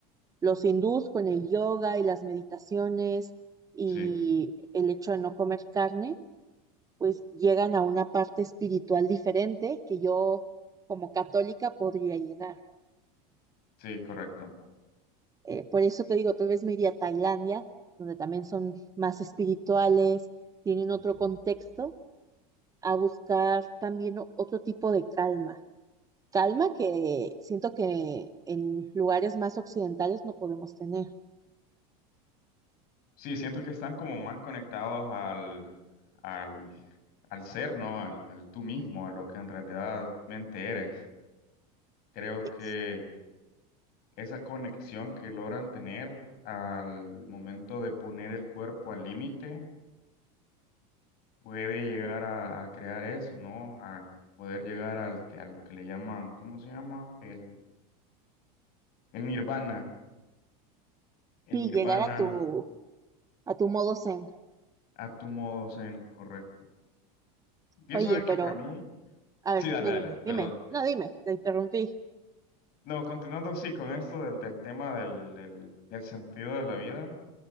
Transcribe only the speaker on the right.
los hindús con el yoga y las meditaciones y
el hecho de no comer carne, pues llegan a una parte espiritual diferente que yo como católica podría llegar.
Eh, por eso te digo, tal vez me iría a Tailandia, donde también son más espirituales, tienen otro contexto, a buscar también o- otro tipo de calma. calma que siento que en lugares más occidentales no podemos tener.
Ex-
Y
llegar a tu, a tu modo zen.
Oye,
pero,
a
ver,
no dime,
dime, no dime, te interrumpí.